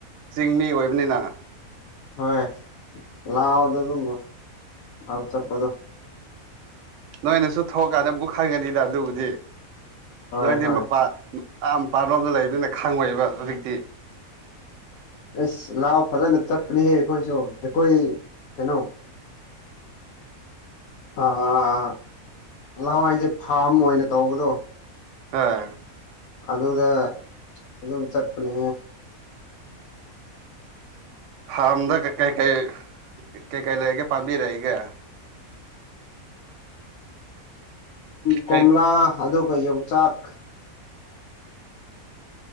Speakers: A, on the right (about 65°); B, on the left (about 85°).
A: ꯆꯤꯡꯃꯤ ꯑꯣꯏꯕꯅꯤꯅ
B: ꯍꯣꯏ ꯂꯑꯣꯗ ꯑꯗꯨ ꯂꯥꯎ ꯆꯠꯄꯗꯨ
A: ꯅꯣꯏꯅꯁꯨ ꯊꯣꯛꯀꯥꯟꯗ ꯑꯃꯛ ꯈꯪꯒꯅꯤꯗ ꯑꯗꯨꯕꯨꯗꯤ
B: ꯍꯣꯏ
A: ꯅꯣꯏꯗꯤ
B: ꯍꯣꯏ
A: ꯃꯄꯥ ꯌꯥꯝꯥ ꯄꯥꯅꯕꯝꯅ ꯂꯩꯕꯅꯤꯅ ꯈꯪꯉꯣꯏꯑꯦꯕ ꯍꯧꯖꯤꯛꯇꯤ
B: ꯑꯦꯁ ꯂꯥꯎ ꯐꯖꯅ ꯆꯠꯄꯅꯦꯍꯦ ꯑꯩꯈꯣꯏꯁꯨ ꯑꯩꯈꯣꯏ ꯀꯩꯅꯣ ꯑꯥ ꯂꯋꯥꯏꯁꯦ ꯐꯥꯝ ꯑꯣꯏꯅ ꯇꯧꯕꯗꯣ
A: ꯑꯥ
B: ꯑꯗꯨꯒ ꯑꯗꯨꯝ ꯆꯠꯄꯅꯦ
A: ꯐꯥꯔꯝꯗ ꯀꯩꯀꯩ ꯀꯩꯀꯩ ꯂꯩꯔꯤꯒꯦ ꯄꯥꯝꯕꯤꯔꯛꯏꯒꯦ
B: ꯀꯣꯝꯂꯥ
A: ꯀꯩ
B: ꯑꯗꯨꯒ ꯌꯣꯡꯆꯥꯛ